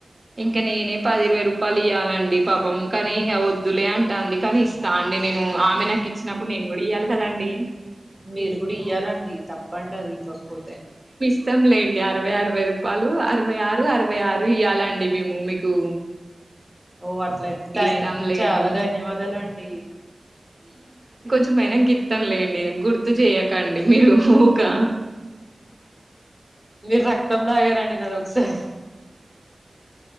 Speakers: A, on the right (about 30°); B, in the centre.
A: ఇంకా నేనే పది ఇర్వై రూపా పలు ఇయ్యాలండి పాపం కానీ ఇంగ వద్దులే అంటాంది కానీ ఇస్తా అండి నేను ఆమె నాకు ఇచ్చినప్పుడు నేను కూడా ఇయ్యాలి కదండి
B: మీరు కూడా ఇయ్యాలండి తప్పండి అది ఇవ్వకపోతే
A: ఇస్తాం లేండి అరవై అరవై రూపాలు అరవై ఆరు అరవై అరవై ఆరు ఇయ్యాలండి అంటే మేము మీకు
B: ఓ అట్లయితే థ్యా
A: ఇస్తాంలేండి
B: చాలా ధన్యవాదాలండి
A: పోయినంక ఇత్తం లేండి గుర్తు జేయకండి మీరు ఊకా
B: మీరు రక్తం తాగారండి నాది ఒకసారి